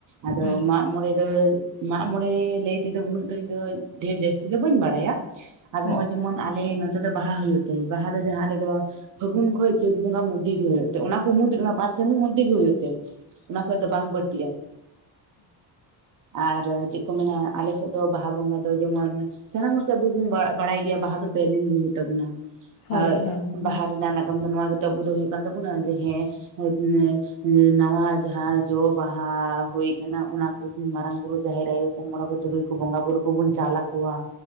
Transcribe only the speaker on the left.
ᱦᱮᱸ
ᱦᱮᱸ
ᱦᱳᱭ
ᱦᱳᱭ ᱦᱳᱭ